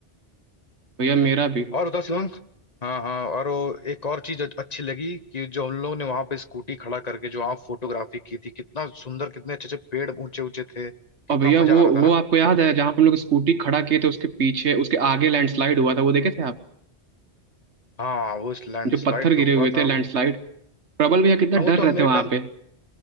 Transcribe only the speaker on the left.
और उधर शिवांग हाँ हाँ और वो एक और चीज अच्छी लगी कि जो हम लोगों ने वहां पे स्कूटी खड़ा करके जो वहां फोटोग्राफी की थी कितना सुंदर कितने अच्छे अच्छे पेड़ ऊंचे ऊंचे थे कितना
मजा
आ रहा था
ना
हाँ वो लैंडस्लाइड
तो हुआ
था
वो
हाँ वो
तो
हम मेरे
ख्याल